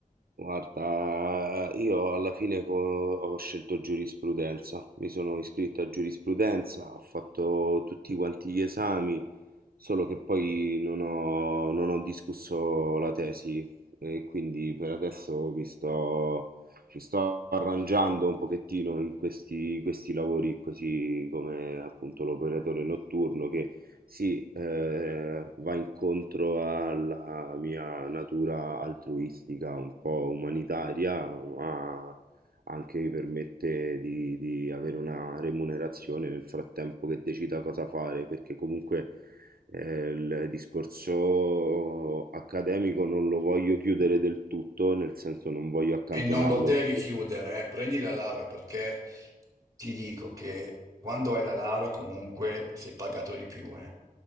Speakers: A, on the right; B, on the right.
A: Guarda, io alla fine co- ho scelto giurisprudenza, mi sono iscritto a giurisprudenza, ho fatto tutti quanti gli esami, solo che poi non ho, non ho discusso la tesi e quindi per adesso mi sto, mi sto arrangiando un pochettino in questi, questi lavori così come appunto l'operatore notturno che sì, eh, va incontro alla mia natura altruistica, un po' umanitaria, ma anche mi permette di, di avere una remunerazione nel frattempo che decida cosa fare, perché comunque eh, il discorso accademico non lo voglio chiudere del tutto, nel senso non voglio accantonarlo.
B: E non lo devi chiudere, eh. Prendi la laurea perché ti dico che quando hai la laurea comunque sei pagato di più, eh.